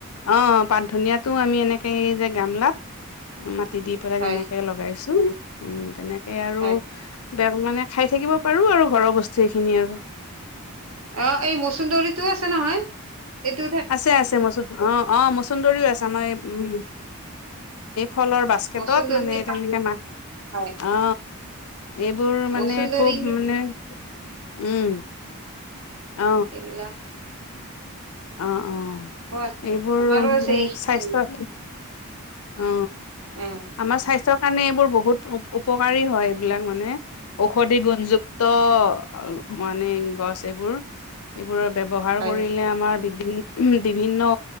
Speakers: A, on the left; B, on the right.
A: অ পাত ধনিয়াত ত আমি এনেকে যে গামলাত, মাটি দি পেলাই
B: হয়
A: তেনেকে লগাইছো উম তেনে তাকে আৰু
B: হয়
A: বেয়া মানে খাই থাকিব পাৰো আৰু ঘৰৰ বস্তু এইখিনি আৰু।
B: অ এই মচুন্দৰিটো আছে নহয়ম এইটো
A: আছে আছে মচু অ অ মচুন্দৰীও আছে আমাৰ এই উম ফলৰ বাস্কেটত
B: মচুন্দৰী
A: মানে
B: পাত
A: তেনেকে মা
B: হয়
A: অ এইবোৰ মানে
B: মচুন্দৰী
A: খুব মানে উম। অ
B: সেইবিলাক
A: অ অ,
B: আছে
A: এইবোৰ
B: আমাৰো
A: মানে
B: আছে এইখিনি
A: স্বাস্থ্য অ
B: উম
A: আমাৰ স্বাস্থ্য কাৰণে এইবোৰ বহুত উপকাৰী হয় এইবিলাক মানে ঔষধি গুণযুক্ত অ মানে গছ এইবোৰ, এইবোৰৰ ব্যৱহাৰ
B: হয়
A: কৰিলে
B: হয়
A: আমাৰ বিভি বিভিন্ন